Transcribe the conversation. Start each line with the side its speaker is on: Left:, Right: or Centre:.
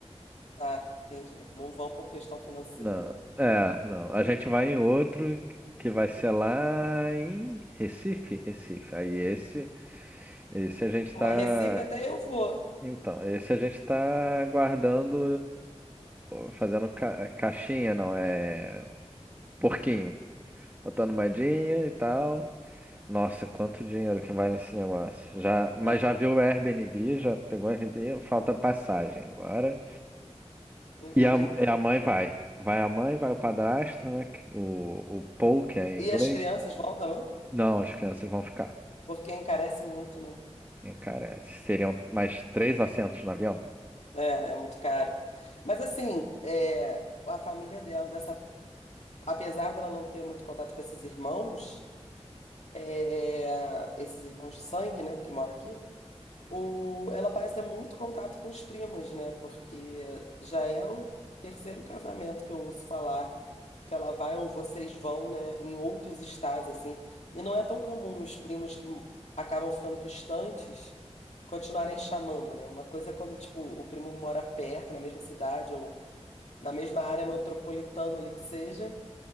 Left: Ah, entendi. Não vão por questão financeira,
Right: Não,
Left: né?
Right: é, não. A gente vai em outro que vai ser lá em Recife, Recife. Aí esse, esse a gente tá
Left: Mas Recife até eu vou.
Right: Então, esse a gente tá guardando, fazendo ca- caixinha, não, é porquinho. Botando moedinha e tal. Nossa, quanto dinheiro que vai nesse negócio. Já, mas
Left: É,
Right: já viu o Airbnb, já pegou o Airbnb, falta passagem agora.
Left: entendi.
Right: E a, e a mãe vai. Vai a mãe, vai o padrasto, né? que- O, o Paul, que é
Left: E
Right: em inglês.
Left: as crianças vão também?
Right: Não, as crianças vão ficar.
Left: Porque encarece muito, né?
Right: E, Cara, seriam mais três assentos no avião.
Left: É, é muito caro. Mas assim, é, a família dela, dessa, apesar dela não ter muito contato com esses irmãos. é, esses irmãos de sangue, né, que moram aqui, o, ela parece ter muito contato com os primos, né, porque já é o terceiro casamento que eu ouço falar que ela vai ou vocês vão, né, em outros estados, assim, e não é tão comum os primos que acabam ficando distantes continuarem chamando, né, uma coisa é quando, tipo, o primo mora perto, na mesma cidade ou na mesma área metropolitana ali que seja,